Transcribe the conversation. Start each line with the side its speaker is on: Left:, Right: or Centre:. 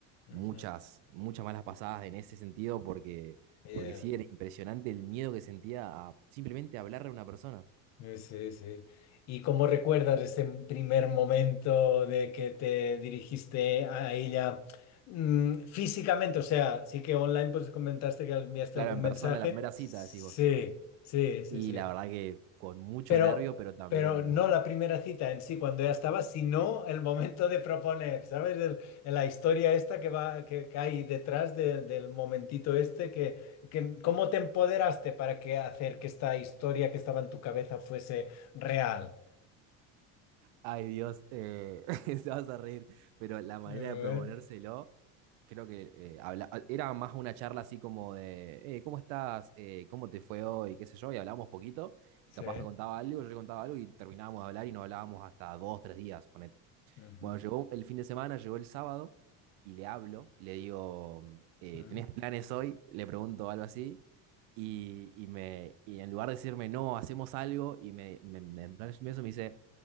Left: ujú.
Right: muchas, muchas malas pasadas en ese sentido porque,
Left: Yeah,
Right: porque sí era impresionante el miedo que sentía a simplemente hablarle a una persona.
Left: eh, sí, sí. ¿Y cómo recuerdas ese primer momento de que te dirigiste a ella mm, físicamente? O sea, sí que online pues comentaste que enviaste
Right: Claro,
Left: algún
Right: en
Left: mensaje.
Right: persona, la primera
Left: Sí,
Right: cita, decís vos.
Left: sí, sí,
Right: Y
Left: sí.
Right: la verdad que con mucho
Left: Pero,
Right: nervio, pero también,
Left: pero no la primera cita en sí cuando ya estaba, sino el momento de proponer, ¿sabes? El- el- la historia esta que va, que, que hay detrás de- del momentito este, que, que cómo te empoderaste para que hacer que esta historia que estaba en tu cabeza fuese real.
Right: ay Dios, eh, <laughs> se vas a reír, pero la manera
Left: A ver,
Right: de proponérselo, creo que eh, habla- era más una charla así como de, "Eh, ¿cómo estás? Eh, ¿cómo te fue hoy? ¿Qué sé yo? Y hablábamos poquito, y
Left: Sí.
Right: capaz me contaba algo, yo le contaba algo y terminábamos de hablar y no hablábamos hasta dos, tres días, ponete.
Left: ujú,
Right: Bueno, llegó el fin de semana, llegó el sábado y le hablo, le digo, eh,
Left: ujú.
Right: ¿tenés planes hoy? Le pregunto algo así y, y me, y en lugar de decirme, no, hacemos algo, y me, me, me, en plan de eso me dice,